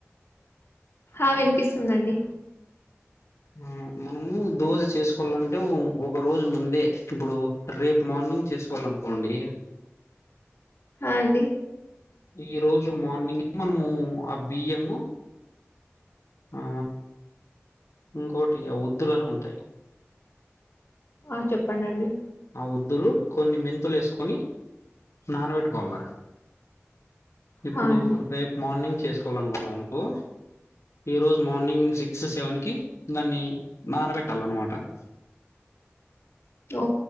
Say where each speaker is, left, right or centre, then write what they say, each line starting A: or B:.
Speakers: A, on the left (about 60°); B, on the left (about 85°).
A: ఆ వినిపిస్తుందండి
B: ఆ మనము దోశ చేసుకోవాలంటే ఒక రోజు ముందే ఇప్పుడు రేపు మార్ని రన్నింగ్ చేసుకోవాలనుకోండి
A: ఆ అండి
B: ఈ రోజు మార్నింగ్ ఏ మనము ఆ బియ్యము ఆ ఇంకోటి ఆ వద్దులని ఉంటాయి
A: ఆ చెప్పండి అండి
B: ఆ ఒద్దులు కొన్ని మెంతులు వేసుకొని నానబెట్టుకోవాల ఇప్పుడు
A: హా అండి
B: రేపు మార్నింగ్ చేసుకోవాల అనుకున్నాం అనుకో ఈ రోజు మార్నింగ్ సిక్స్ సెవెన్ కి దాన్ని నానబెట్టాలన్నమాట <inaudible>
A: ఓ